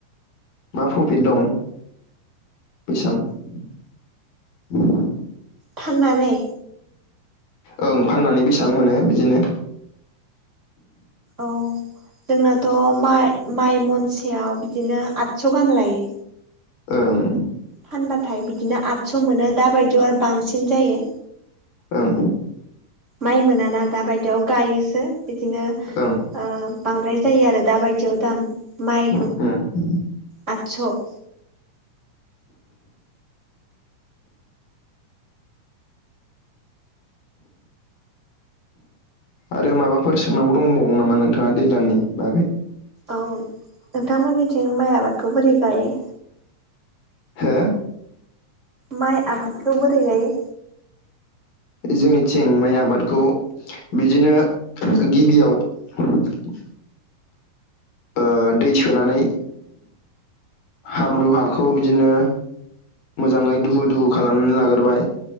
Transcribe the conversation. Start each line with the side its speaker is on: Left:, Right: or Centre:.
Left: मा प्रफिट दं बेसां <unintelligible>
Right: फाननानै
Left: ओं फाननानै बेसां मोनो बिदिनो
Right: औ जोंनाथ' माइ मइ मनसेयाव बिदिनो आ तस' गाहाम लायो
Left: ओं
Right: फानबाथाय बिदिनो आठस' मोनो दा बायदियाव आरो बांसिन जायो
Left: ओं
Right: माइ मोनाना दाबायदियाव गायोसो बिदिनो
Left: ओं
Right: ओ बांद्राय जायो आरो दा बायदियाव दाम माइ
Left: ओम
Right: आतस'
Left: आरो माबाफोर सोंनांगौ दंबावो नामा नोंथाङा दैज्लांनि बागै
Right: औ नोंथांमोननिथिं माइ आबादखौ बोरै गायो
Left: हो
Right: माइ आबादखौ बोरै गायो
Left: जोंनिथिं माइ आबादखौ बिदिनो गिबियाव <unintelligible> ओ‌ दै सोनानै हाब्रु हाखौ बिदिनो मोजाङै दुहु दुहु खालामनानै लागोरबाय